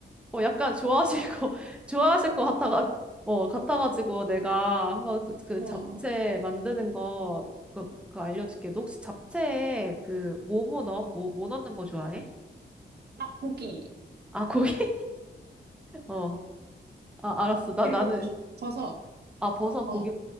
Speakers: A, in the centre; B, on the right (about 55°).
A: 어, 약간 좋아하실 거, <laughs> 좋아하실 것 같아가, 어, 같아가지고 내가 한번 그, 그
B: 어,
A: 잡채 만드는 거, 그, 그 알려줄게. 너 혹시 잡채에 그, 뭐뭐 넣어? 뭐, 뭐 넣는 거 좋아해?
B: 딱 고기
A: 아, 고기? <laughs> 어. 아, 알았어. 나,
B: 그리고
A: 나는,
B: 버, 버섯.
A: 아, 버섯,
B: 어,
A: 고기.
B: 어?